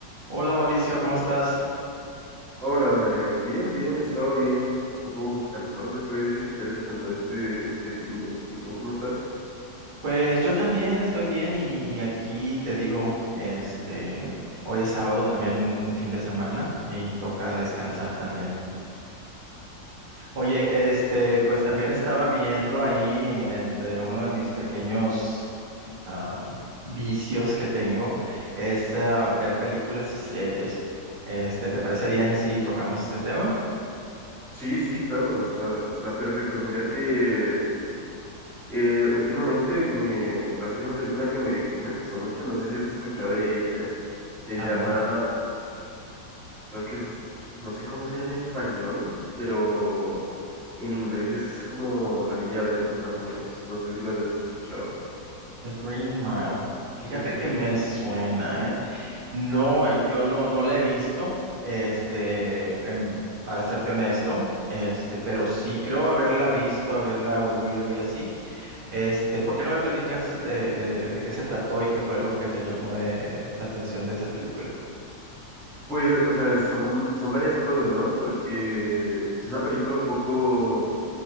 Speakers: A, on the right (about 60°); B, in the centre.
A: Hola Mauricio, ¿cómo estás?
B: Hola Mario, bien, bien, he estado bien, un poco cansado se puede decir, quiero descansar este, este fin de. ¿Y tú cómo estás?
A: Pues yo también estoy bien y, y aquí te digo, este, hoy es sábado también fin de semana y ahí toca descansar también. Oye, este, pues también estaba viendo ahí entre uno de mis pequeños ah, vicios que tengo es ah, ver películas y series. Este, ¿te parece bien si tocamos ese tema?
B: Sí, sí, claro, está, está perfecto. Mira que eh, últimamente me, la última película que me vi, pues me gustó mucho, no sé si has escuchado de ella. Se
A: A
B: llama,
A: ver,
B: creo que es, no sé cómo sea en español, pero en inglés es como La Milla Verde, más o menos. No sé si las has escuchado
A: The Green Mile. Fíjate
B: de Green
A: que me
B: Mile.
A: suena, ¿eh? No, eh, yo no, no la he visto, este, em, para serte honesto, este, pero sí creo haberla visto, haberla oído y así. Este, ¿por qué no me platicas de, de, de qué se trató y qué fue lo que te llamó de la atención de esa película?
B: Pues, o sea, son, son varias cosas, ¿no? Porque es una película un poco